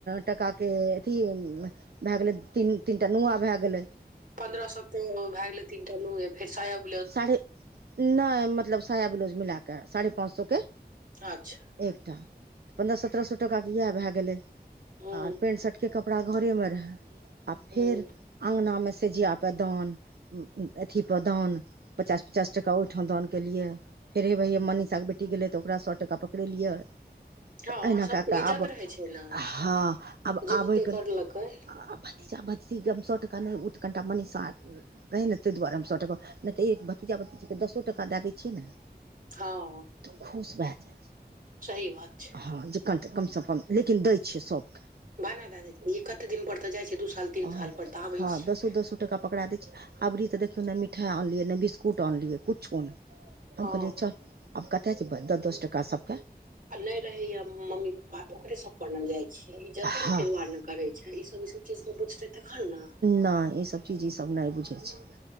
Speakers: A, on the right (about 70°); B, on the right (about 55°).
A: टाका के अथी <unintelligible> भए गेलै तीन तीन टा नुआँ भए गेलै।
B: पन्द्रह सए त भए गेलै तीनटा नुह फेर स
A: साढ़े नहि मतलब साया ब्लाउज मिल कऽ साढ़े पाँच सए के
B: अच्छा
A: एकटा त पन्द्रह सत्रह सए टका के इएह भए गेले
B: हूँ
A: आर पेंट शर्ट के कपड़ कपड़ा घरे में रह आ फेर
B: हूँ
A: अंगगना मे से ज पर दान अथीपर दान पचास पचास टका ओहिठाम दान केलियै फेर हे भैयए मनीषाके बेटी गेलै तऽ ओकरा सए टाका पकड़ेलियै
B: हँ
A: तऽ एहिना
B: सबके
A: कए कऽ
B: इज्जत
A: आब
B: रहै छै ने
A: हँ आब
B: जे
A: आबैके
B: ओते करलकै
A: <unintelligible> भतीजा भजज सए टका नहि ओ तऽ कनिटा मनीषा रहे ने ताहि दुआरे सए टका नहि तऽ एक भतीजा भतीजाके दसो टाका दए दै छियै ने
B: हँ
A: तऽ खुश भए जाइ छै
B: सही बात छै
A: हँ जे कनि कमसँ कम लेकिन दै छियै सभके त
B: भाना दए दै छै कते दिन पर तऽ जाइ छियै दू साल तीन
A: हँ
B: साल पर तऽ आबै
A: हँ
B: छियै।
A: दसो दसो टका पकड़ा दै छै अभरी तऽ देखियौ नहि मिाइ आनलियै नहि बिस्कुट आनलियै किुछु नहि। हम
B: हँ
A: कहलियए चल आब कतय छै दस दस टका सब
B: आ नहि रहे या मम्मी प्पा तऽ ओकरे सब परने जाइ छियै ई जतन
A: हँ
B: के दुआरे करै छै ईसब ईसब चीजके बुझतै तखन ने।
A: नहि ई सब चीज ई सब नहि बुझे छै